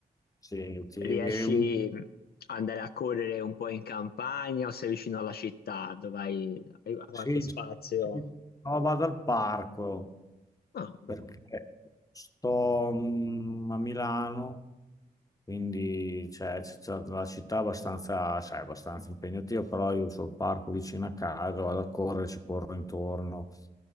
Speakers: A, on the left; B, on the left.
A: Sì, ti-
B: Riesci
A: un-
B: mm, ad andare a correre un po' in campagna o sei vicino alla città dove hai, hai qualche
A: sì,
B: spazio?
A: sì. No, vado al parco
B: Ah, bene,
A: perché sto, mh, a Milano. Quindi cioè, c'è c'è la città è abbastanza, sai, abbastanza impegnativa, però io ho il parco vicino a casa, vado a correre, ci corro intorno.